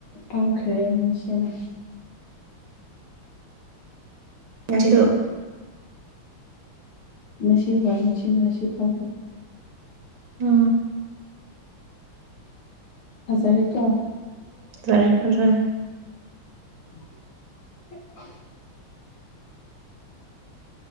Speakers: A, on the left (about 75°); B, on the right (about 65°).
A: ꯐꯪꯈ꯭ꯔꯦ ꯅꯁꯤꯅ
B: ꯉꯁꯤꯗ
A: ꯃꯁꯤꯁꯤ ꯍꯣꯏ ꯅꯁꯤ ꯅꯅꯥꯁꯤꯄ
B: ꯎ
A: ꯍꯖꯔꯦ ꯀꯣ
B: ꯂꯔꯦ ꯐꯖꯥꯏ
A: <inaudible>